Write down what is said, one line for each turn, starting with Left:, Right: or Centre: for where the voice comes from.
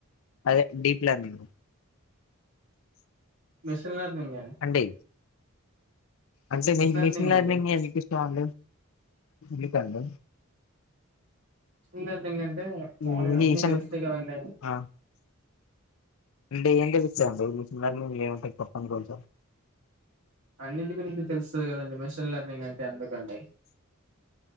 Left: అదె డీప్ లేర్నింగు
Right: మిషన్ లేర్నింగ్ అండి
Left: అండీ అంటే మీకీ
Right: లెర్నింగ్
Left: మిషన్ లేర్నింగ్
Right: అండి
Left: యే ఎందుకిష్టం అండి మీకే అండి
Right: మిషన్ లేర్నింగ్ అంటే మామూలుగా
Left: మీ
Right: అన్ని
Left: మిషన్
Right: తెలుస్తాయి కదండి
Left: ఆ అంటే ఏం తెలుస్తాయండి మిషన్ లేర్నింగ్ ఎం ఉంటాయి చెప్పండి కొంచెం
Right: అన్నింటి గురించి తెలుస్తాది కదండి మెషన్లర్నింగ్ అంటే అందుకండి